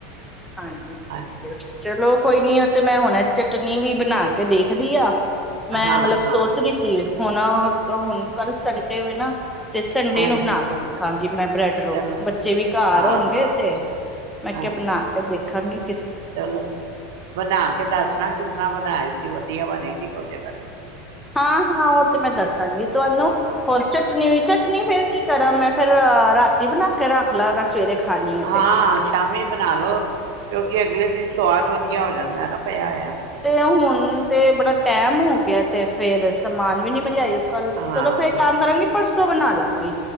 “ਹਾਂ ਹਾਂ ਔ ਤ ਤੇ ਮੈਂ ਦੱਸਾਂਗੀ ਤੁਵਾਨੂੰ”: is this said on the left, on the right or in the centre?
Centre